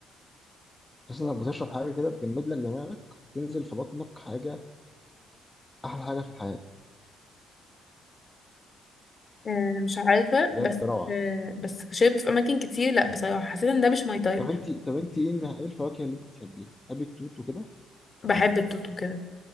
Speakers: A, on the left; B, on the left.
A: تحس انك بتشرب حاجه كده تجمد لك دماغك وتنزل في بطنك حاجه احلى حاجه في الحياه
B: آه، مش عارفة
A: بجد
B: بس
A: روعه
B: آه، بس شربت في أماكن كتير لأ بصراحة حسيت إن ده مش ماي تايب
A: طب انت طب انت ايه اللي- إيه الفواكه اللي انت بتحبيها؟ بتحبي التوت وكده؟
B: بحب التوت وكده